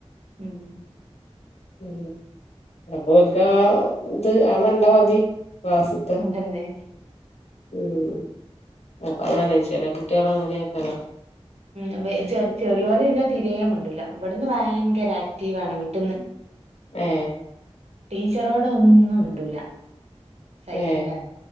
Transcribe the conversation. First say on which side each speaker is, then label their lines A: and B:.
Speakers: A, on the right; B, on the left.
A: ഉം.
B: ഉ അട പോക്ക ആ ഇത് ആ മണ്ട മതി ക്ലാസ്സ്ത്തെ
A: അതെന്നെ
B: ഉം അപ്പാ തന്നെ ചില കുട്ട്യാളങ്ങനെ അങ്ങനെക്ക
A: ഉ ചെ ചെറിയോല ട്ടൂല ഇവിടുന്ന് ഭയങ്കര ആക്ടീവ് ആണ് വീട്ടന്ന്
B: ഏ
A: ടീച്ചറോട ഒന്നും മിണ്ടൂല സൈലന്റാണ്
B: ഏ